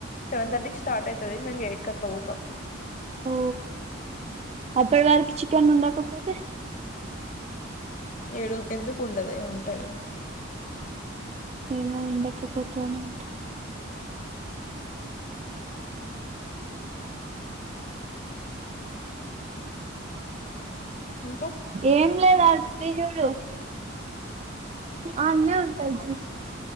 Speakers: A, on the left; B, on the right.
A: సెవెన్ థర్టీకి స్టార్ట్ అవుతది మేము ఎయిట్ కట్లా పోతాం
B: ఓ అప్పటి వారిక్ చికెన్ ఉండకపోతే
A: ఏడు ఎందుకుండదే ఉంటది
B: ఎమో ఉండకపోతనుంట్
A: ఇంకా
B: ఏం లేదు అ చుడు అనే ఉంటాయిచుడు